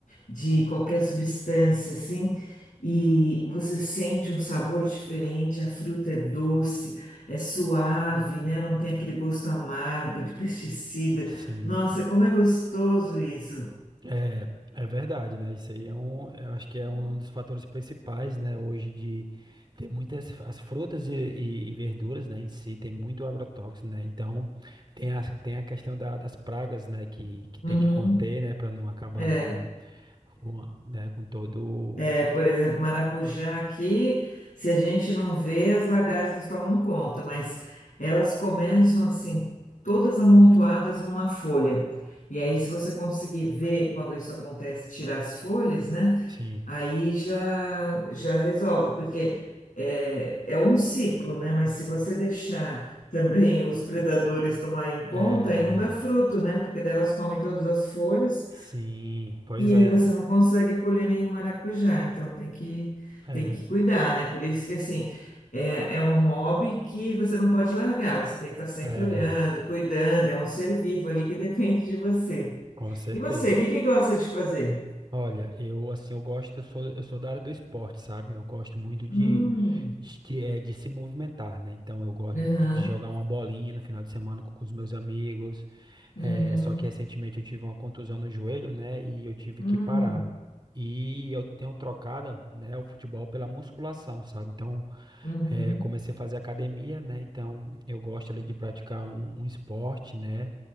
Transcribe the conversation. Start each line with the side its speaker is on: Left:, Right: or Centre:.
Left: de qualquer substância, assim, e você sente um sabor diferente, a fruta é doce, é suave, né? Não tem aquele gosto amargo de <laughs> pesticida.
Right: sim.
Left: Nossa, como é gostoso isso.
Right: É, é verdade, né? Isso aí é um, é, eu acho que é um dos fatores principais, né? Hoje de ter muitas as frutas e, e- e verduras, né? Em si tem muito agrotóxico, né? Então tem a, tem a questão da- das pragas, né? Que, que tem
Left: Uhum.
Right: que conter, né? Para não acabar
Left: É.
Right: ali com, com, a- né? Com todo, o-
Left: É, por exemplo, maracujá aqui, se a gente não vê, as lagartas tomam conta, mas elas começam assim, todas amontoadas numa folha. E aí, se você conseguir ver quando isso acontece, tirar as folhas, né?
Right: sim.
Left: Aí já, já resolve, porque é, é um ciclo, né? Mas se você deixar também os predadores tomarem conta,
Right: É,
Left: aí não dá fruto, né? Porque daí elas comem todas as folhas.
Right: Sim, pois
Left: E
Right: é,
Left: você não consegue colher nenhum maracujá, então tem que,
Right: é,
Left: tem que cuidar, né? Por isso que, assim, é, é um hobby que você não pode largar, você tem que estar sempre
Right: é,
Left: olhando, cuidando, é um ser vivo ali que <laughs> depende de você.
Right: com certeza.
Left: E você, o que que gosta de fazer?
Right: Olha, eu assim, eu gosto, eu sou, eu sou da área do esporte, sabe? Eu gosto muito de,
Left: Hum,
Right: de, que é, de se movimentar, né? Então eu gosto
Left: aham,
Right: de, de jogar uma bolinha no final de semana com, com os meus amigos. É,
Left: uhum,
Right: só que recentemente eu tive uma contusão no joelho, né? E eu tive
Left: hum,
Right: que parar. E eu tenho trocado, né, o futebol pela musculação, sabe? Então,
Left: uhum,
Right: eh, comecei a fazer academia, né? Então, eu gosto ali de praticar um, um esporte, né?